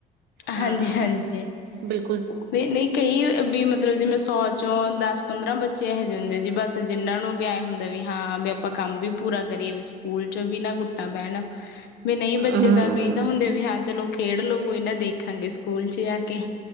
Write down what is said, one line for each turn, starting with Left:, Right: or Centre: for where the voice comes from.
Right: ਹਾਂ
Left: ਹਾਂਜੀ -ਹਾਂਜੀ,
Right: ਬਿਲਕੁਲ
Left: ਨਹੀਂ- ਨਹੀਂ, ਕਈ ਵੀ ਮਤਲਬ ਜਿਵੇਂ ਸੌ ਚੋਂ ਦਸ ਪੰਦਰਾਂ ਬੱਚੇ ਇਹੋ ਜਿਹੇ ਹੁੰਦੇ ਜੀ, ਬਸ ਜਿਹਨਾਂ ਨੂੰ ਵੀ ਐਂ ਹੁੰਦਾ ਵੀ ਹਾਂ, ਵੀ ਆਪਾਂ ਕੰਮ ਵੀ ਪੂਰਾ ਕਰੀਏ ਵੀ ਸਕੂਲ ਚ ਵੀ ਨਾ, ਕੁੱਟਣਾ ਪੈਣਾ ਵੀ ਨਹੀਂ ਬੱਚੇ
Right: ਹਮ
Left: ਦਾ ਕਈ ਤਾਂ ਹੁੰਦੇ ਵੀ ਹਾਂ ਚਲੋ ਖੇਡਲੋ ਕੋਈ ਨਾ ਦੇਖਾਂਗੇ ਸਕੂਲ ਚ ਆ ਕੇ